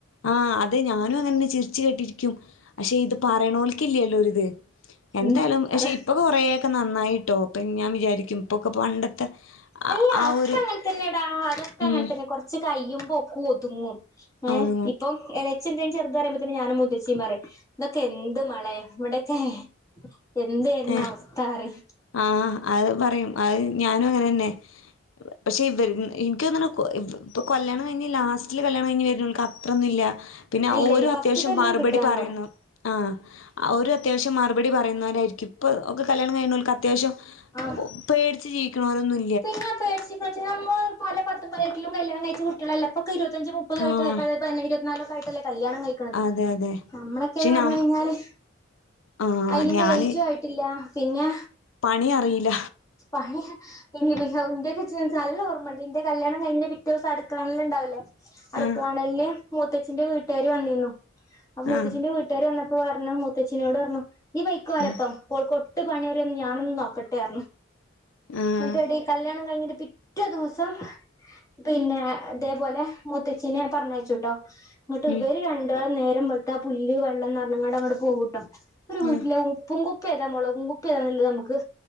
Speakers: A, on the left; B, on the left.
A: ആഹ് അതെ ഞാനും അങ്ങനെ തന്നെ ചിരിച്ച് കേട്ടിരിക്കും. പക്ഷെ ഇത് പറയണോൽക്ക് ഇല്ലല്ലോ ഒരിത് എന്തായാലും
B: ഉം
A: പഷെ
B: അതാ
A: ഇപ്പൊ കൊറെയോക്കെ ന്നന്നായിട്ടോ അപ്പൊ ഞാൻ വിചാരിക്കും ഇപ്പൊക്കെ പണ്ടത്തെ ആ
B: അല്ല
A: ആ
B: ഒക്കെ
A: ഒരു
B: അങ്ങൻ തന്നെടാ അതൊക്കെ അങ്ങൻതന്നെ
A: ഉം
B: കൊർച്ച് കയിമ്പൊ ഒക്കെ ഒതുങ്ങും. ഏഹ്
A: ഒതുങ്ങും
B: ഇപ്പൊം എളച്ചി എന്തേം ചെറുത് പറയുമ്പത്തന്നെ ഞാനും മൂത്തച്ചിം പറയും ഇതൊക്കെ എന്ത് മാളെ ഇവടെക്കെ എന്തെര്ന്നു
A: ഏഹ്
B: അവസ്ഥ അറിയോ?
A: ആഹ് അത് പറയും അത് ഞാനും അങ്ങനെ തന്നെ പക്ഷെ ഇൻക്ക് തോന്നണു ഇപ്പൾ കല്യാണം കഴിഞ്ഞ് ലാസ്റ്റില് കല്യാണം കഴിഞ്ഞ് വരന്നോൽക്ക് അത്രൊന്നും ഇല്ല പിന്നെ
B: ഇല്ലല്ല
A: ഓരു അത്യാവശ്യം
B: ഫസ്റ്റ്ത്തെല്ലാം
A: മറുപടി
B: കിട്ടും നല്ലോണം
A: പറയുന്നു ആ ഓരു അത്യാവശ്യം മറുപ പടി പറയുന്നവരായിരിക്കും ഇപ്പൊ ഒക്കെ കല്യാണം കഴിണോൽക്ക് അത്യാവശ്യം
B: ആഹ്
A: പേടിച്ച് ജീവിക്ക്ണോരൊന്നും
B: പിന്നെ പേടിച്ചിക്കച്ച് നമ്മള് പല പത്ത് പതിനെട്ടിലും കല്യാണം കഴിച്ച കുട്ടികളല്ല ഇപ്പോക്കെ ഇരുപത്തഞ്ച് മു പ്പത് ആയിട്ടല്ലേ
A: ആഹ്
B: പലരും അതന്നെ ഇരുപത്തിനാലൊക്കെ ആയിട്ടല്ലേ കല്യാണം കഴിക്കണത്
A: അതെ അതെ
B: ഉം നമ്മളൊക്കെന്ന്
A: പക്ഷെ
B: പറഞ്ഞ്
A: ഞാ
B: കഴിഞ്ഞാല്
A: ആഹ്
B: അയിനുള്ള
A: ഞാന്
B: ഏജും ആയിട്ടില്ല പിന്നെ
A: പണി അറിയില്ല
B: പണി അഹ് ഇനിപ്പി ഹൗ ഇൻ്റെ കിച്ചനിച്ച് നല്ല ഓർമ്മണ്ട് ഇൻ്റെ കല്യാണം കഴിഞ്ഞ് പിറ്റേ ഊസം അടുക്കളാണലുണ്ടാവില്ലേ അടുക്കളാണലിന്
A: ആഹ്
B: മൂത്തച്ഛന്റെ വീട്ടുകാര് വന്നിനു അപ്പോ മൂത്തച്ഛന്റെ
A: ആഹ്
B: വീട്ടുകാര് വന്നപ്പോ പറഞ്ഞു മൂ ത്തച്ചിനോട് പറഞ്ഞു ഇയ്യ് പൊയ്ക്കോ ഓലൊപ്പം
A: ഉം
B: ഓൾകൊട്ട് പണിയറിയോന്ന് ഞാനൊന്നു നോക്കട്ടെറഞ്ഞു
A: ആഹ്
B: ന്ന്ട്ടെടി കല്യാണം കഴിഞ്ഞിന്റെ പിറ്റേ ദൂസം പിന്നെ ഇതേപോലെ മൂത്തച്ചീനെ പറഞ്ഞയച്ചൂട്ടോ ഇന്നിട്ട് ഇവര്
A: ഉം
B: രണ്ടാളും നേരം വെളുത്ത പുല്ല് വെള്ളം ന്നറഞ്ഞങ്ങടങ്ങട് പോവും ട്ടോ ന്നിട്ട് വീട്ടിലെ
A: ഉം
B: ഊ പ്പുംകുപ്പി ഏതാ മൊളകും കുപ്പി ഏതാന്ന്ള്ളത് നമ്മുക്ക്